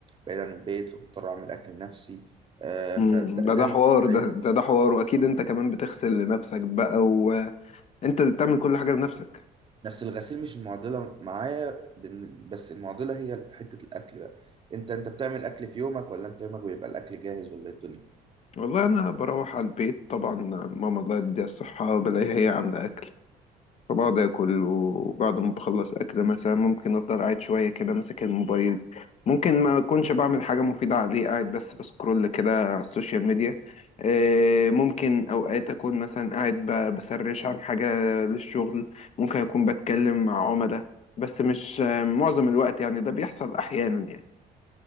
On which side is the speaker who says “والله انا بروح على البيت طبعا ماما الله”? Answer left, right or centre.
Left